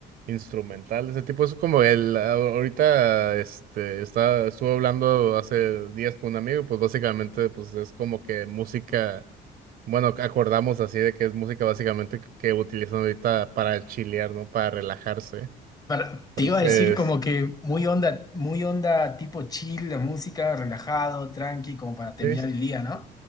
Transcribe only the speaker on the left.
Para-
Te iba a decir como Eh, que muy onda, muy onda tipo chill, la música, relajado, tranqui, como para terminar
el día, ¿no?